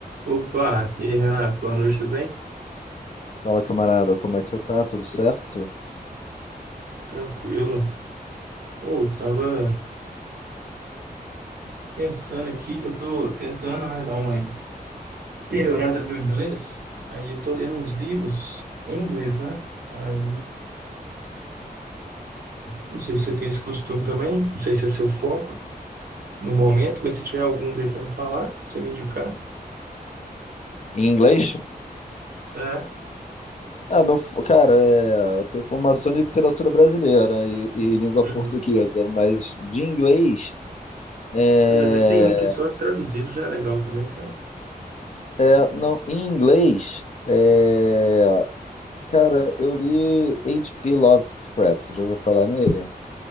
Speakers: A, on the right; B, on the left.
A: Opa, e aí, Renato, boa noite, tudo bem?
B: Fala, camarada, como é que você tá? Tudo certo?
A: Tranquilo. Ou tava pensando aqui que eu tô tentando, né, dar uma melhorada no meu inglês. Aí eu tô lendo uns livros em inglês, né? Aí, não sei se você tem esse costume também, não sei se é seu foco no momento, mas se tiver alguns aí para me falar, pra você me indicar.
B: Em inglês?
A: É.
B: Ah, meu, f- cara, é, eu tenho formação em literatura brasileira e, e língua
A: uhum.
B: portuguesa, mas de inglês, é,
A: Mas às vezes tem um que só traduzido já é legal também, sabe?
B: é, não, em inglês, é, cara, eu li H.P. Lovecraft, já ouviu falar nele?